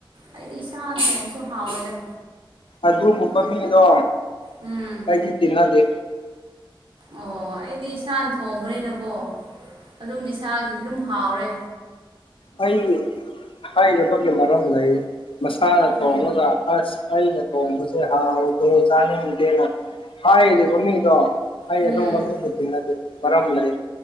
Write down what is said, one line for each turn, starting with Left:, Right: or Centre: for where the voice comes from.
Right: ꯑꯩꯗꯤ ꯏꯁꯥꯅ ꯊꯣꯡꯉꯁꯨ ꯍꯥꯎꯋꯦꯗ꯫
Left: ꯑꯗꯨꯒꯨꯝꯕ ꯃꯤꯗꯣ
Right: ꯎꯝ
Left: ꯑꯩꯗꯤ ꯇꯤꯅꯗꯦ꯫
Right: ꯑꯣ ꯑꯩꯗꯤ ꯏꯁꯥꯅ ꯊꯣꯡꯕꯅꯤꯅꯀꯣ ꯑꯗꯨꯝ ꯏꯁꯥꯒꯤꯗꯤ ꯑꯗꯨꯝ ꯍꯥꯎꯔꯦ꯫
Left: ꯑꯩꯒꯤ ꯍꯥꯏꯔꯤꯕꯒꯤ ꯃꯔꯝ ꯂꯩ ꯃꯁꯥꯅ ꯊꯣꯡꯉꯒ꯫
Right: ꯎꯝ
Left: ꯑꯁ ꯑꯩꯅ ꯊꯣꯡꯕꯁꯦ ꯍꯥꯥꯎꯇꯦ ꯆꯅꯤꯡꯗꯦꯅ꯫ ꯍꯥꯏꯔꯤꯕ ꯃꯤꯗꯣ ꯑꯩ
Right: ꯎꯝ
Left: ꯑꯗꯨꯒꯨꯕ ꯃꯃꯤꯗꯣ ꯇꯤꯟꯅꯗꯦ ꯃꯔꯝ ꯂꯩ꯫